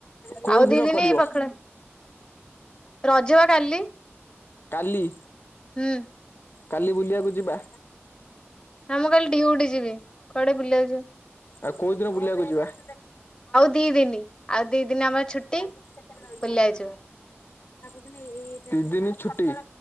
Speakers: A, on the left; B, on the left.
A: କୋଉ
B: ଆଉ
A: ଦିନ
B: ଦିଇ ଦିନି
A: କରିବ
B: <unintelligible> ରଜ ବା କାଲି।
A: କାଲି?
B: ହୁଁ।
A: କାଲି ବୁଲିବାକୁ ଯିବା?
B: ନା ମୁଁ କାଲି ଡିଉଟି ଯିବି, କୁଆଡେ ବୁଲିବାକୁ ଯିବି।
A: ଆଉ କୋଉ ଦୀନ ବୁଲିବାକୁ ଯିବା? <unintelligible>
B: ଦି ଦିନି ଆଉ ଦି ଦିନି ଆମର ଛୁଟି
A: ମୁଁ ତାପର
B: ବୁଲିବାକୁ ଯିବୁ
A: ଦୀନ ଦିଇ ଦିନି ଛୁଟି।